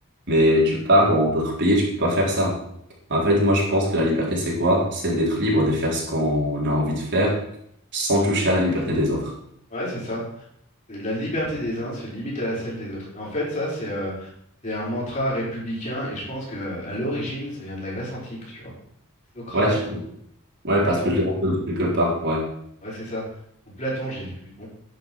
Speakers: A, on the right; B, on the left.
A: mais tu pars dans d'autres pays, tu peux pas faire ça. En fait, moi, je pense que la liberté, c'est quoi? C'est d'être libre de faire ce qu'on a envie de faire sans toucher à la liberté des autres.
B: Ouais, c'est ça. C'est la liberté des uns se limite à la celle des autres. Et en fait, ça, c'est euh, c'est un mantra républicain, et je pense que euh, à l'origine, ça vient de la Grèce antique, tu vois. Socrate
A: Ouais,
B: ou, ou
A: Ouais,
B: Pluton,
A: parce que je l'ai entendu quelque part. Ouais.
B: ouais, c'est ça. Ou Platon, j'ai dit Pluton.